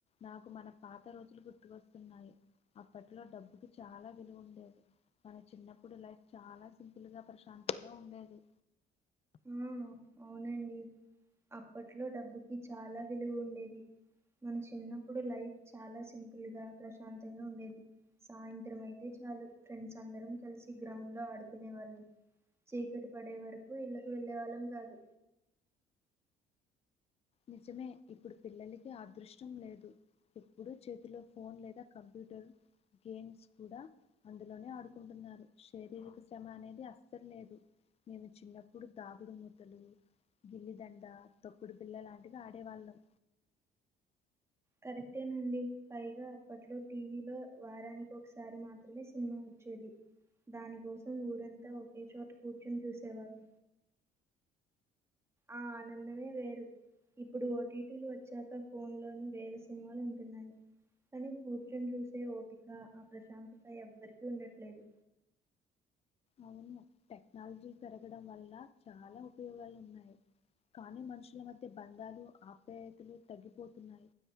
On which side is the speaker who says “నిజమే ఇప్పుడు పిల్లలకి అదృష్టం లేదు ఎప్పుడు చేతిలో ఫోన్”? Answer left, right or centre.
Left